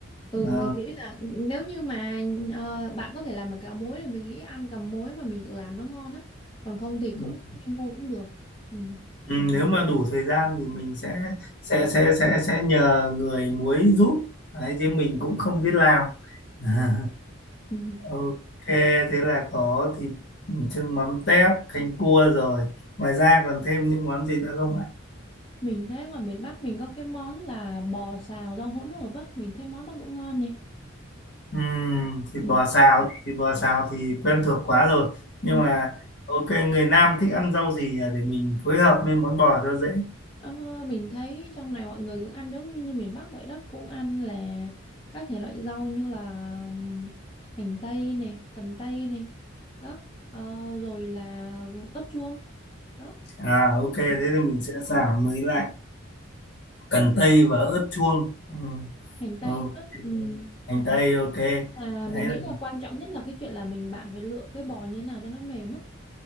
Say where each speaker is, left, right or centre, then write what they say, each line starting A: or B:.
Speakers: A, on the left (about 25°); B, on the left (about 55°).
A: ừ
B: Ờ,
A: mình nghĩ là nếu như mà ờ, bạn có thể làm được cà muối thì mình nghĩ ăn cà muối mà mình tự làm nó ngon á còn không thì cũng
B: ừm,
A: đi mua cũng được ừ.
B: ừm, nếu mà đủ thời gian thì mình sẽ sẽ sẽ sẽ sẽ nhờ người muối giúp đấy chứ mình cũng không biết làm <laughs>
A: Ừ. Ừ.
B: ok thế là có thịt ừm, chưng mắm tép canh cua rồi ngoài ra còn thêm những món gì nữa không ạ
A: Mình thấy ngoài miền Bắc mình có cái món là bò xào rau hỗn hợp á, mình thấy món đó cũng ngon này.
B: Ừm, thịt
A: Ừ.
B: bò xào thịt bò xào thì quen thuộc quá rồi
A: Ừ.
B: nhưng mà ok người Nam thích ăn rau gì à, để mình phối hợp với món bò cho dễ
A: Ờ, mình thấy trong này mọi người cũng ăn giống như, như miền Bắc vậy đó, cũng ăn là các thể loại rau như là ừm, hành tây này, cần tây này, đó, Ờ, rồi là ớt chuông, đó,
B: à ok thế
A: Ừ.
B: thì mình sẽ xào mới lại cần tây và ớt chuông Ừm,
A: hành tây
B: ok.
A: nữa. Ừ.
B: hành tây ok
A: À,
B: đấy
A: mình nghĩ
B: là
A: là quan trọng nhất là cái chuyện là mình bạn phải lựa cái bò như thế nào cho nó mềm á.